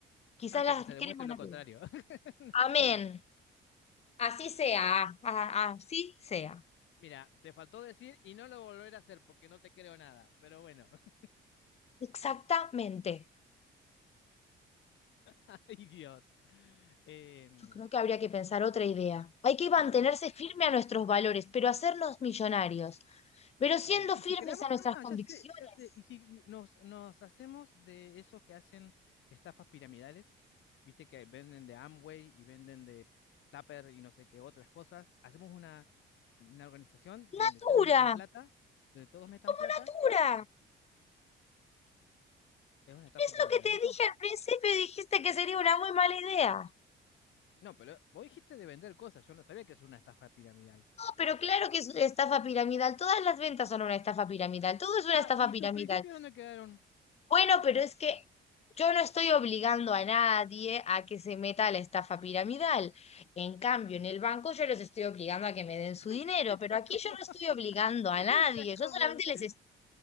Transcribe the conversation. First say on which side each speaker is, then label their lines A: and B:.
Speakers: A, on the left; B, on the left.
A: Quizás
B: Hasta
A: las
B: que se demuestre
A: queremos
B: lo
A: natural.
B: contrario. <laughs>
A: Amén.
B: Mira,
A: Así sea. Ah, ah, Así sea.
B: mira, te faltó decir y no lo volveré a hacer porque no te creo nada. Pero bueno, <laughs>
A: Exactamente.
B: ay Dios. Em,
A: Yo creo que habría que pensar otra idea. Hay que mantenerse
B: y si com
A: firme a nuestros valores, pero hacernos millonarios. Pero siendo
B: Bueno, y
A: firmes
B: si creamos,
A: a nuestras
B: ah,
A: convicciones.
B: ya sé, ya sé, y si nos, nos hacemos de esos que hacen estafas piramidales, viste que venden de Amway y venden de Tupper y no sé qué otras cosas, hacemos una, una organización donde
A: Natura,
B: todos metan plata, donde todos metan
A: como
B: plata,
A: Natura.
B: es una estafa
A: Es
B: piramidal
A: lo que te
B: eso.
A: dije al principio y dijiste que sería una muy mala idea.
B: No, pero vos dijiste de vender cosas, yo no sabía que es una estafa piramidal.
A: Pero claro que es una estafa piramidal. Todas las ventas son una estafa piramidal. Todo es una
B: Ah,
A: estafa
B: ¿y
A: piramidal.
B: tus principios dónde quedaron?
A: Bueno, pero es que yo no estoy obligando a nadie a que se meta a la estafa piramidal. En cambio, en el banco yo los estoy obligando a que me den su
B: <laughs>
A: dinero,
B: Estás
A: pero aquí
B: como,
A: yo no estoy obligando
B: estás
A: a nadie.
B: como
A: Yo solamente
B: el,
A: les, es-